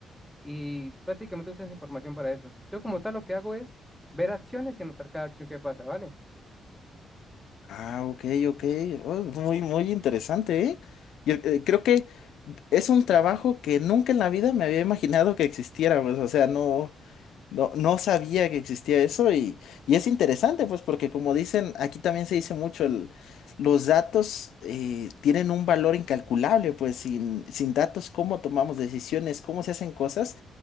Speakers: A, in the centre; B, on the left.
A: y prácticamente usan esa información para eso. Yo como tal lo que hago es ver acciones y anotar cada acción que pasa, ¿vale?
B: Ah, ok, ok. Oh, muy, muy interesante, ¿eh? Y eh, creo que es un trabajo que nunca en la vida me había imaginado que existiera, pues, o sea, no. No, no sabía que existía eso y, y es interesante, pues, porque como dicen, aquí también se dice mucho, el- los datos eh, tienen un valor incalculable, pues, sin, sin datos, cómo tomamos decisiones, cómo se hacen cosas,